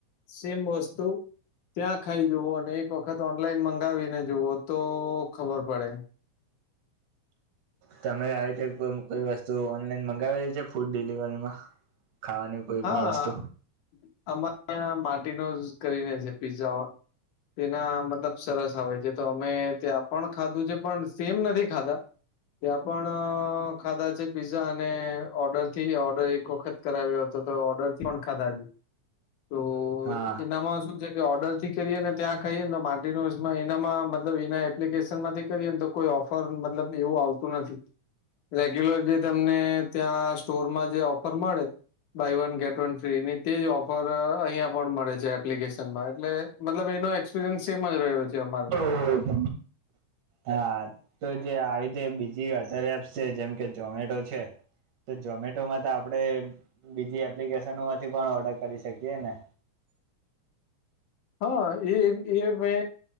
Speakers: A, on the left; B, on the right.
A: સેમ વસ્તુ ત્યાં ખાઈ જુવો અને એક વખત ઓનલાઈન મંગાવીને જુવઓ તો ખબર પડે
B: તમે આવી રીતે કોઈ કોઈ વસ્તુ ઓનલાઈન મંગાવેલી છે ફૂડ ડિલિવરીમાં ખાવાની કોઈ
A: હા
B: પણ વસ્તુ
A: અમાં માટીનો જ કરીને છે પીઝા તેના મતલબ સરસ આવે છે તો અમે ત્યાં પણ ખાધું છે પણ સેમ નથી ખાધા ત્યાં પણ ખાધા છે પીઝા અને ઓર્ડર થી ઓર્ડર એક વખત કરાવ્યો હતો ઓર્ડર થી પણ ખાધા તો
B: હા
A: એનામાં શું છે ઓર્ડર થી કરીએને ત્યાં ખાઈએ ને તો માટીનોમાં એનામાં મતલબ એના એપ્લિકેશન માંથી કરીએને તો કોઈ ઓફર મતલબ એવું આવતું નથી રેગ્યુલર જે તમને ત્યાં સ્ટોરમાં જે ઓફર મળે buy one get one free ની તે જ ઓફર અહિયાયા પણ મળે છે એપ્લિકેશનમાં એટલે મતલબ એનો એક્સપિરિયન્સ સેમ જ રહ્યો છે અમારે
B: ઓ હ હા તો જે આવી રીતે બીજી અધર એપ્સ છે જેમ કે ઝોમેટો છે તો ઝોમેટોમાં તો આપણે બીજી એપ્લિકેશનોમાંથી પણ ઓર્ડર કરી શકીએ ને
A: હા એ મે